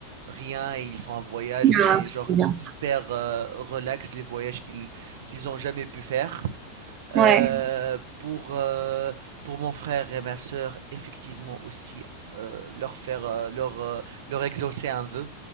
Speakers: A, on the right; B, on the right.
A: rien et ils font un voyage, mais
B: Ah, c'est
A: genre
B: bien.
A: hyper euh, relax, les voyages qu'ils qu'ils ont jamais pu faire. Euh,
B: Ouais.
A: pour, euh, pour mon frère et ma sœur, effectivement aussi, euh, leur faire, euh, leur, euh, leur exaucer un vœu,